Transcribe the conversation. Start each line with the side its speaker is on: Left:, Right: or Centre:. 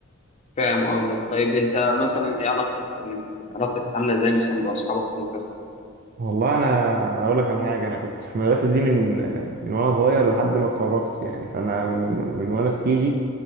Left: فاهم قصدك طيب انت مثلا ايه علاقتك كانت علاقتك كانت عامله ازاي مثلا باصحابك في المدرسه
Right: والله انا هقول لك على حاجه انا كنت في المدرسه دي من من وانا صغير لحد ما اتخرجت يعني فانا من من وانا في كيجي